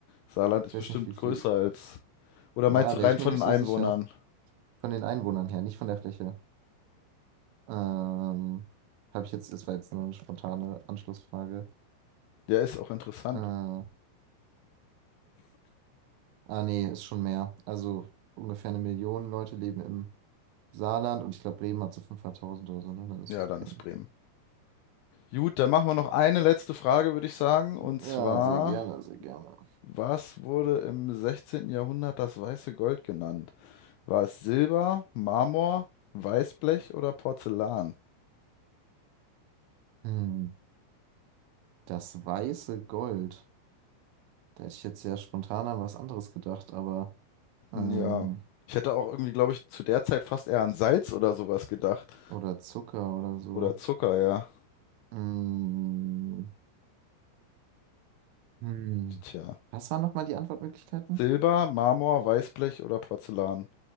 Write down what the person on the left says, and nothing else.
Saarland
ist
bestimmt
größer als, oder
meinst du rein
von
den Einwohnern?
Ja, ist auch interessant.
Ja,
dann
ist Bremen. Gut, dann machen wir noch eine letzte Frage, würde ich sagen, und
zwar,
was wurde im 16. Jahrhundert das weiße Gold genannt? War es Silber, Marmor, Weißblech oder Porzellan?
Hm,
Ja, ich hätte auch irgendwie, glaube ich, zu der Zeit fast eher an Salz oder sowas gedacht.
Oder Zucker, ja.
Tja.
Silber, Marmor, Weißblech oder Porzellan?